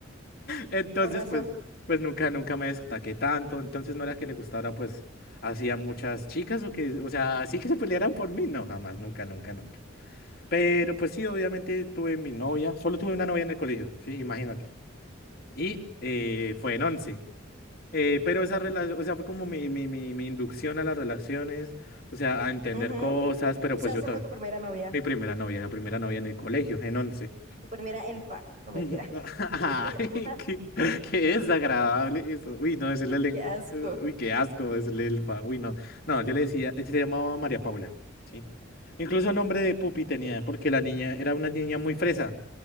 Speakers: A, on the left (about 50°); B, on the right (about 40°).
A: Entonces,
B: con razón.
A: pues, pues nunca, nunca me destaqué tanto. Entonces no era que le gustara, pues, hacía muchas chicas o que, o sea, sí que se pelearan por mí. No, jamás, nunca, nunca, nunca. Pero pues sí, obviamente tuve mi novia. Solo tuve una novia en el colegio, sí, imagínate. Y eh, fue en once. Eh, pero esa relación, o sea, fue como mi, mi, mi, mi inducción a las relaciones, o sea, a entender
B: ujú,
A: cosas,
B: O
A: pero
B: sea,
A: pues
B: esa
A: yo todo.
B: fue tu primera novia,
A: Mi primera novia, la primera novia en el colegio, en once.
B: tu primera elfa, no mentira.
A: Ujú. <laughs>
B: <laughs>
A: Ay, qué, qué desagradable eso. Uy, no, decirle, len-
B: Qué asco.
A: eh, uy, qué asco decirle elfa. Uy, no. No, yo le decía, ella le llamaba María Paula, ¿sí? Incluso nombre de Pupi tenía, porque la niña era una niña muy fresa,